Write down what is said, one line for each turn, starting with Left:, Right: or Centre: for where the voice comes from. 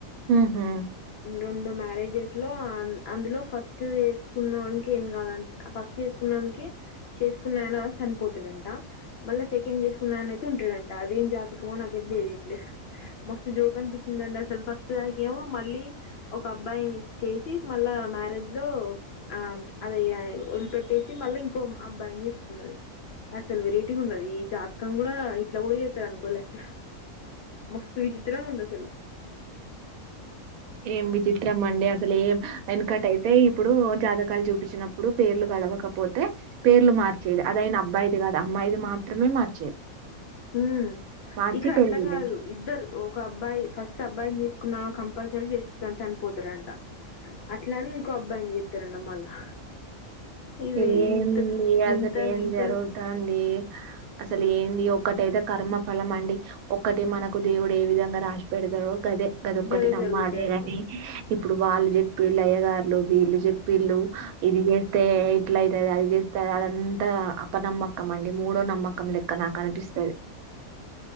Right: హ్మ్ హు
Left: రెండు మ్యారేజెస్ లో అ అందులో ఫస్ట్ చేసుకున్నోనికి ఏం కాదంట ఫస్ట్ చేసుకున్న న్నోనికి చేసుకున్నాయిన చనిపోతాడంట మళ్లా సెకండ్ చేసుకున్నాయినయితే ఉంటాడంట అదేం జా జాతకమో నాకైద్దెలియట్లే మస్తు జోక్ అనిపించిందండి అసలు ఫస్ట్ దానిక్ ఏమో మళ్ళీ ఒక అబ్బాయిని చేసి మళ్ళా మ్యారేజ్ లో ఆ అదే వదిలిపెట్టేసి మళ్ళీ ఇంకో అబ్బాయిని చేస్కున్నది అసలు వెరేటీగున్నది ఈ జాతకం గూడా ఇట్లా గూడా జేత్తరు అనుకోలె అసల్ మస్త్ విచిత్రంగ ఉందసల్
Right: ఏం విచిత్రమండి అసలు ఏమ్ వెనకటయితే ఇప్పుడు జాతకాలు చూపిచ్చినప్పుడు పేర్లు గ అడవకపోతే పేర్లు మార్చేది అదైన అబ్బాయిది కాదు అమ్మాయిది మాత్రమే మార్చేది
Left: హ్మ్
Right: మార్చి
Left: ఇక్కడ
Right: పెళ్ళిళ్ళు
Left: అట్లా గాదు ఇద్దరు ఒక అబ్బాయి ఫస్ట్ అబ్బాయిని చేసుకున్నాక కంపల్సరి జస్ చనిపోతారంట అట్లని ఇంకో అబ్బాయిని చెత్తరండ మళ్ళా ఇవి
Right: ఏంది
Left: ఇంత వి వింతలు
Right: అసలు ఏం
Left: వింతలు
Right: జరుగుతాంది అసలు ఏంది ఒక్కటైతే కర్మఫలం అండి ఒక్కటి మనకు దేవుడు ఏ విధంగా రాసి పెడతారో గదే గది ఒక్కటి
Left: గదే
Right: నమ్మాలెగాని
Left: జరుగుతది.
Right: ఇప్పుడు వాళ్ళు చెప్పి లయ్య గారులు వీళ్ళు చెప్ ప్పిల్లు ఇది జేస్తే ఇట్ల అయితది అది జెస్తే అదంతా అపనమ్మకం అండి మూడో నమ్మకం లెక్క నాకు అనిపిస్తది